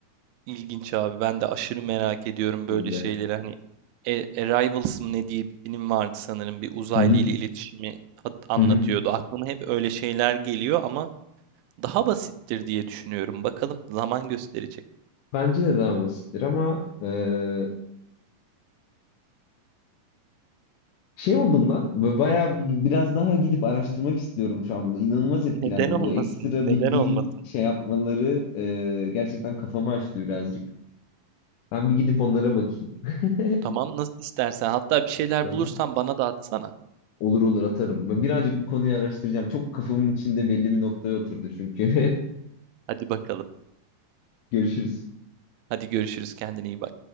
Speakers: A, on the right (about 85°); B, on the left (about 70°).
A: İlginç abi. Ben de aşırı merak ediyorum
B: dediğimde.
A: böyle şeyleri. Hani E- Arrivals mı ne diye bir film vardı sanırım. Bir uzaylı
B: Hı hı,
A: ile iletişimi hat- anlatıyordu.
B: hı hı.
A: Aklıma hep öyle şeyler geliyor ama daha basittir diye düşünüyorum. Bakalım zaman gösterecek.
B: Bence de daha basittir ama e, Şey oldum lan. Ve bayağı bir- biraz daha gidip araştırmak istiyorum şu an bunu. İnanılmaz etkilendim.
A: <laughs> Neden olmasın?
B: Bu ekstra
A: Neden
B: bir dil
A: olmasın?
B: şey yapmaları e, gerçekten kafamı açtı birazcık. Ben bir gidip onlara bakayım. <laughs>
A: Tamam nasıl istersen. Hatta bir şeyler
B: Tamam.
A: bulursan bana da atsana.
B: Olur olur atarım. Ben birazcık bu konuyu araştıracağım. Çok kafamın içinde belli bir noktaya oturdu çünkü.
A: Hadi bakalım.
B: <laughs> Görüşürüz.
A: Hadi görüşürüz. Kendine iyi bak.